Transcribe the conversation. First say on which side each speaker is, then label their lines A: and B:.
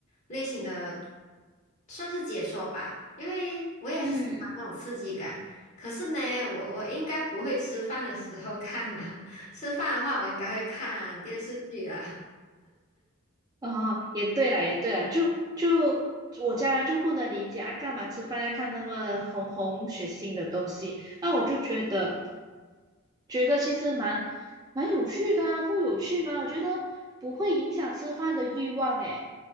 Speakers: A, on the left; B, on the right.
A: 类型的，算是解说吧，因为我也是喜欢这种刺激感。
B: 嗯，
A: 可是呢，我我应该不会吃饭的时候看啦，<laughs> 吃饭的话我应该会看电视剧啦。
B: 哦，也对了，也对了，就就我家人就不能理解啊，干嘛吃饭要看那么红红血腥的东西？那我就觉得，觉得其实蛮蛮有趣的啊，不有趣吗？我觉得不会影响吃饭的欲望诶，